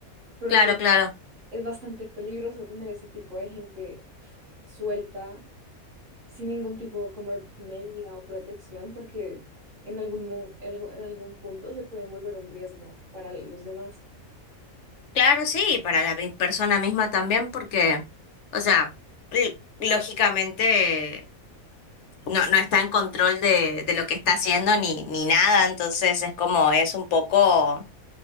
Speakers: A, on the right (about 60°); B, on the left (about 55°).
A: Pero
B: Claro,
A: pues
B: claro.
A: es bastante peligroso tener ese tipo de gente suelta sin ningún tipo como de medida o protección, porque en algún, mo- en algún en algún punto se pueden volver un riesgo para los demás.
B: Claro, sí, y para la mi- persona misma también, porque, o sea, l- lógicamente no, no está en control de, de lo que está haciendo ni, ni nada, entonces es como, es un poco,